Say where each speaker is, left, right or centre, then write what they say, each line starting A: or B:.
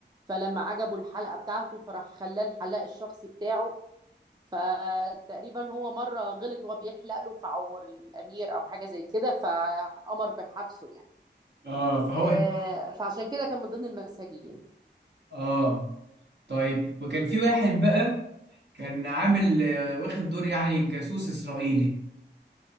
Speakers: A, on the right (about 20°); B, on the right (about 65°).
A: فلمّا عجبه الحلقة بتاعته فراح خلّاه الحلاق الشخصي بتاعه، فتقريبا هو مرّة غلط وهو بيحلق له فعوّر الأمير أو حاجة زي كده، فقام بحبسه يعني
B: اه فهو
A: آآ، فعشان كده كان من ضمن المساجين.
B: اه طيب وكان في واحد بقى كان عامل آه، واخد دور يعني جاسوس اسرائيلي